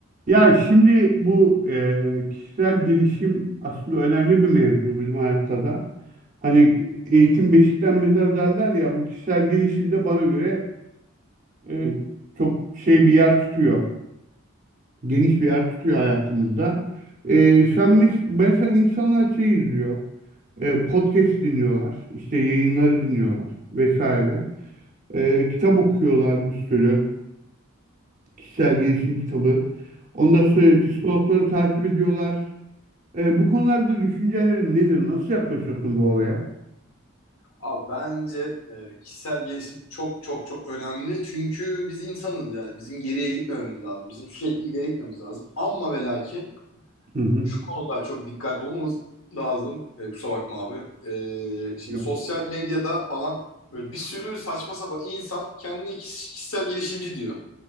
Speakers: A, on the right; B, on the left.
A: Ya şimdi bu e, kişisel gelişim aslında önemli bir mevzu bizim hayatta da. Hani eğitim beşikten mezar derler ya bu kişisel gelişim de bana göre e, çok şey bir yer tutuyor. Geniş bir yer tutuyor hayatımızda. E, sen mes mesela insanlar şey izliyor. e, podcast dinliyorlar. işte yayınları dinliyorlar vesaire. E, kitap okuyorlar bir sürü. Kişisel gelişim kitabı. Ondan sonra psikologları takip ediyorlar. E, bu konularda düşüncelerin nedir? Nasıl yaklaşıyorsun bu olaya?
B: Abi bence e, kişisel gelişim çok çok çok önemli. Çünkü biz insanız yani. Bizim geriye gitmememiz lazım. Bizim sürekli ileri gitmemiz lazım. Ama ve lakin
A: Hı hı.
B: şu konuda çok dikkatli olmamız lazım. E, kusura bakma abi. E, şimdi
A: Yok.
B: sosyal medyada falan böyle bir sürü saçma sapan insan kendini kiş- kişisel gelişimci diyor.